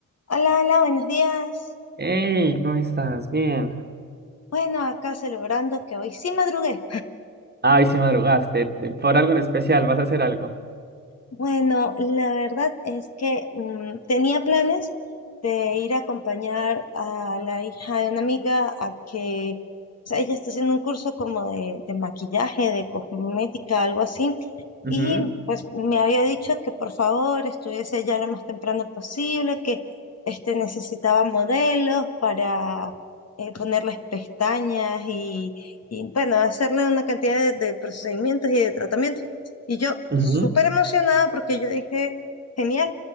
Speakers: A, on the left; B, on the right.
A: Hola, hola, buenos días.
B: Hey, ¿cómo estás? Bien.
A: Bueno, acá celebrando que hoy sí madrugué.
B: Ay, si madrugaste. te- ¿Por algo en especial? ¿Vas a hacer algo?
A: Bueno, la verdad es que mm, tenía planes de ir a acompañar a la hija de una amiga a que, o sea, ella está haciendo un curso como de, de maquillaje, de cosmética, algo así,
B: Ujú,
A: y pues me había dicho que por favor estuviese ya lo más temprano posible, que este, necesitaba modelos para eh, ponerles pestañas y, y, bueno, hacerle una cantidad de de procedimientos y de tratamientos. Y yo
B: ujú.
A: súper emocionada porque yo dije, genial,